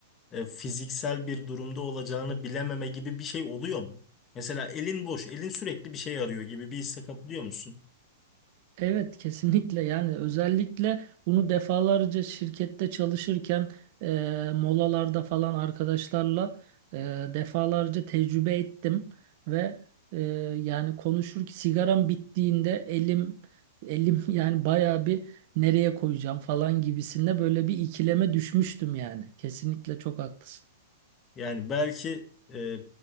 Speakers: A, on the left; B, on the right.
A: e, fiziksel bir durumda olacağını bilememe gibi bir şey oluyor mu? Mesela elin boş, elin sürekli bir şey arıyor gibi bir hisse kapılıyor musun?
B: Evet kesinlikle yani özellikle bunu defalarca şirkette çalışırken e, molalarda falan arkadaşlarla e, defalarca tecrübe ettim ve e, yani konuşur sigaram bittiğinde elim elim <laughs> yani bayağı bir nereye koyacağım falan gibisinde böyle bir ikileme düşmüştüm yani. Kesinlikle çok haklısın.
A: Yani belki e,